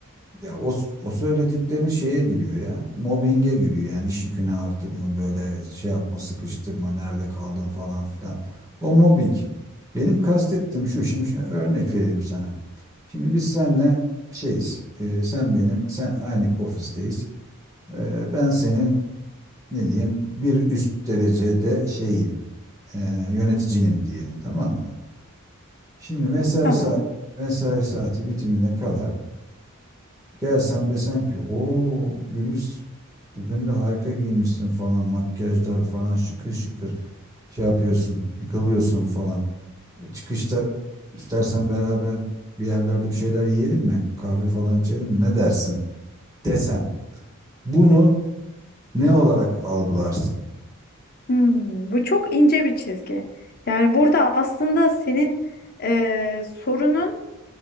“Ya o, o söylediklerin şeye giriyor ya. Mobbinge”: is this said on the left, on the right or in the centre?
Right